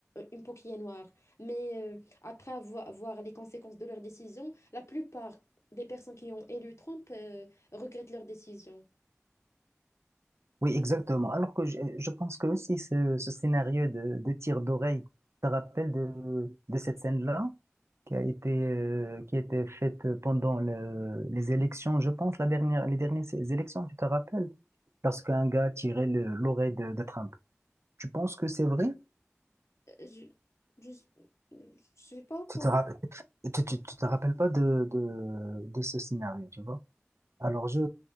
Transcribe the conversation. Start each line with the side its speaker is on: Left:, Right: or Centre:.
Left: une peau qui est noire. Mais euh, après avoir, voir les conséquences de leur décision, la plupart des personnes qui ont élu Trump euh, regrettent leur décision.
Right: oui, exactement. Alors que je, je pense que aussi ce, ce scénario de, de tir d'oreille, tu te rappelles de, de cette scène-là qui a été, euh, qui a été faite pendant le- les élections, je pense, la dernière, les dernières élections, tu te rappelles? Lorsqu'un gars tirait le- l'oreille de, de Trump. Tu penses que c'est vrai?
Left: Euh, Je, je, je suis pas au courant.
Right: Tu te rappelles, tu, tu- tu te rappelles pas de, de, de ce scénario, tu vois? Alors, je,